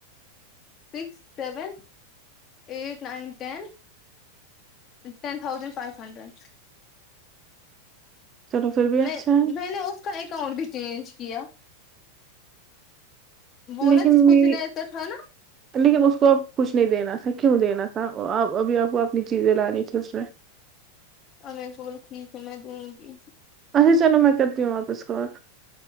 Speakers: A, on the left; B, on the right.
A: six seven eight nine ten ten thousand five hundred
B: چلو پھر بھی
A: میں
B: اچھا ہے
A: میں نے اس کا اکاؤنٹ بھی چینج کیا وہ
B: لیکن
A: نا جس کو
B: میری
A: جنید کا تھا نا
B: لیکن اس کو اب کچھ نہیں دینا تھا کیوں دینا تھا آپ ابھی آپ کو اپنی چیزیں لانی تھی اس میں
A: اور میرے کول ٹھیک ہے میں دوں گی
B: اے چلو میں کرتی ہوں واپس کال